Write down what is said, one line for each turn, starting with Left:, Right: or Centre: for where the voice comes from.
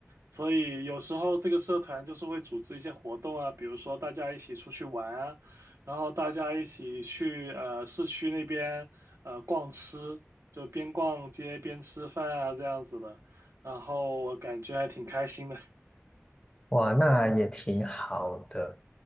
Right: 所以有时候这个社团就是会组织一些活动啊，比如说大家一起出去玩啊，然后大家一起去呃市区那边呃逛吃，就边逛街边吃饭啊这样子的。然后我感觉还挺开心的。
Left: 哇，那也挺好的。